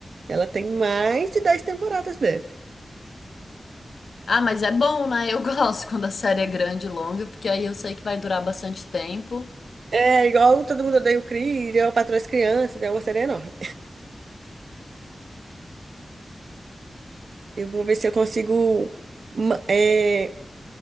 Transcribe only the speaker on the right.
Ela tem mais de 10 temporadas, deve.
É igual todo mundo odeia o Chris, eu patroa as crianças, é uma série enorme. Eu vou ver se eu consigo ma- é,